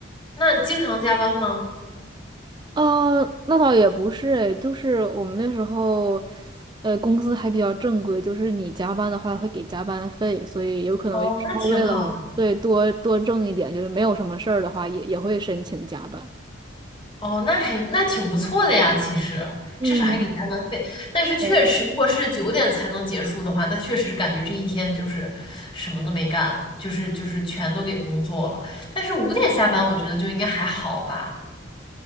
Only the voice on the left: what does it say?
那经常加班吗？
哦，那挺好的。
哦，那还那挺不错的呀，其实至少还给加班费。
但是确实，
如果是九点才能结束的话，那确实是感觉这一天就是什么都没干，就是就是全都给工作了。但是五点下班，我觉得就应该还好吧。